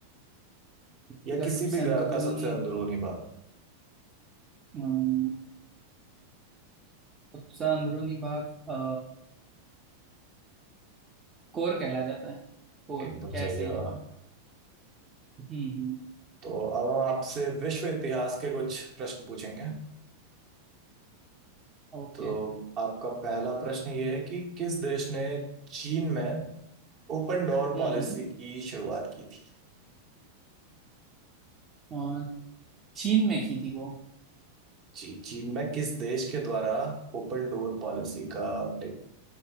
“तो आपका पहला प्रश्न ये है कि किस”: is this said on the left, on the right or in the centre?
Right